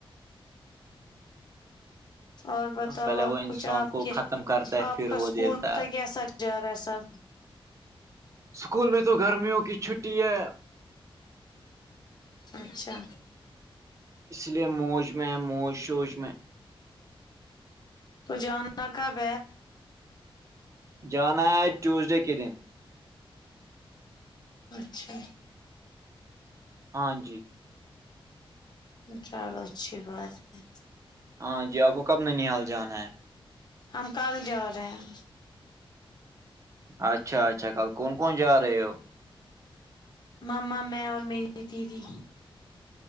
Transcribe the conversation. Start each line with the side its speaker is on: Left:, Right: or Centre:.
Left: اور بتاؤ
Right: پہلے
Left: آپ
Right: وہ انسان
Left: کو کیا آپ کے
Right: ختم کرتا ہے
Left: آپ
Right: پھر
Left: کا اسکول
Right: وہ دیتا
Left: کا
Right: ہے
Left: کیسا جارہ ہے سب
Right: اسکول میں تو گرمیوں کی چھٹی ہے
Left: اچھا
Right: اس لیے موج میں موج شوج میں
Left: تو جاننا کاب
Right: جانا ہے ٹیوزڈے کے دن
Left: اچھا
Right: ہاں جی
Left: چلو اچھی بات ہے
Right: ہاں جی آپ کو کب نن حال جانا ہے
Left: ہم کل جا رہے ہیں
Right: اچھا اچھا کل کون کون جا رہے ہو
Left: ماما میں اور میری دیدی